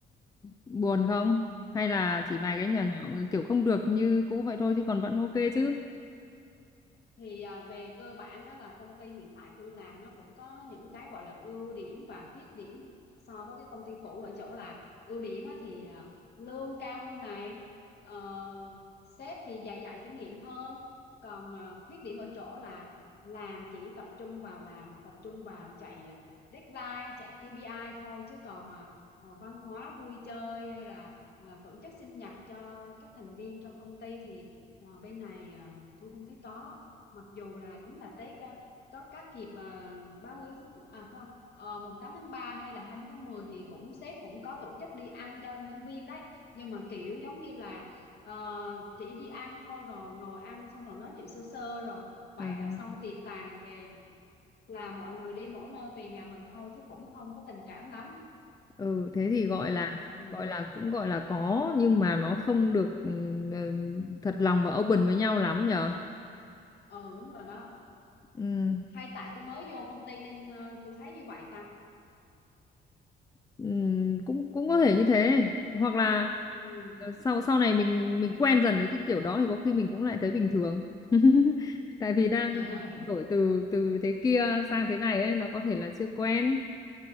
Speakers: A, on the left (about 20°); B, on the left (about 55°).
A: buồn không hay là chỉ vài cái
B: Ờ,
A: nhỏ nhỏ kiểu không được như cũ vậy thôi chứ còn vẫn ok chứ
B: thì à, về cơ bản á, là công ty hiện tại tôi làm nó cũng có những cái gọi là ưu điểm và khuyết điểm so với cái công ty cũ ở chỗ là ưu điểm á, thì à, lương cao hơn này ờ, sếp thì dày dặn kinh nghiệm hơn còn à, khuyết điểm ở chỗ là làm chỉ tập trung vào làm tập trung vào chạy à, deadline chạy ca pê i thôi chứ còn mà ờ, văn hóa vui chơi hay là ờ, tổ chức sinh nhật cho các thành viên trong công ty thì ờ, bên này ờ, tôi không thấy có mặc dù là đúng là Tết à, có các dịp à, 30 tháng à khoan ờ, mùng 8 tháng 3 hay là 20 tháng 10 thì cũng sếp cũng có tổ chức đi ăn cho nhân viên đấy nhưng mà kiểu giống như là ờ, chỉ đi ăn thôi rồi ngồi ăn xong rồi nói chuyện sơ sơ rồi vậy
A: Ừ.
B: là xong tiệc tàn về là mọi người đi mỗi nơi về nhà mình thôi chứ cũng không có tình cảm lắm
A: ừ thế thì gọi
B: Đấy.
A: là
B: ừ.
A: gọi là cũng gọi là có nhưng mà nó không được ừ, ừ, thật lòng và open với nhau lắm nhở
B: ừ đúng rồi đó
A: ừ
B: hay tại tôi mới vô công ty nên ờ, tôi thấy như vậy ta
A: Ừm, cũng cũng có thể như thế hoặc là
B: ừ
A: ờ, sau sau này mình mình quen dần với cái kiểu đó thì có khi mình cũng lại thấy bình thường <laughs> tại vì đang
B: <laughs>
A: đổi từ từ thế kia sang thế này ấy nó có thể là chưa quen